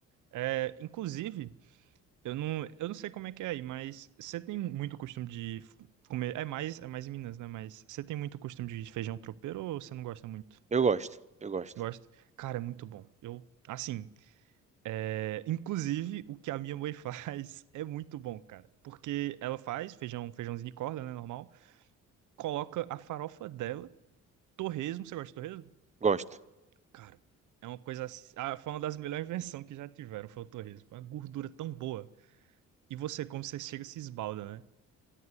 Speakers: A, on the right; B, on the right.
A: É, inclusive. Eu não, eu não sei como é que é aí, mas você tem muito costume de f- comer. É mais, é mais em Minas, né? Mas você tem muito costume de feijão tropeiro ou você não gosta muito?
B: Eu gosto, eu gosto.
A: Gosto. Cara, é muito bom. Eu, assim, é, inclusive o que a minha mãe <laughs> faz é muito bom, cara. Porque ela faz feijão, feijãozinho de corda, né? Normal. Coloca a farofa dela, torresmo. Você gosta de torresmo?
B: Gosto.
A: Cara, é uma coisa. assim- Ah, foi uma das melhores invenções que já tiveram, foi o torresmo. Uma gordura tão boa. E você, como você chega, se esbalda, né?